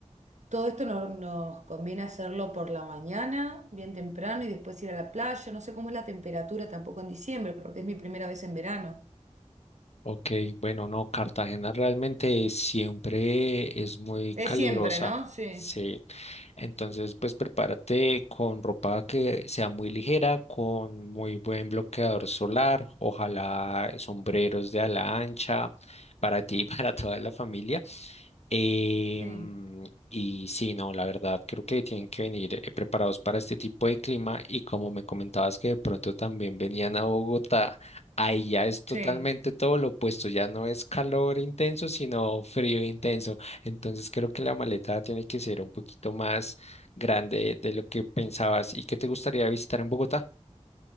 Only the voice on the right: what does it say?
Todo esto no- nos conviene hacerlo por la mañana, bien temprano, y después ir a la playa. No sé cómo es la temperatura tampoco en diciembre, porque es mi primera vez en verano.
Es
siempre, ¿no? Sí,
sí,
sí.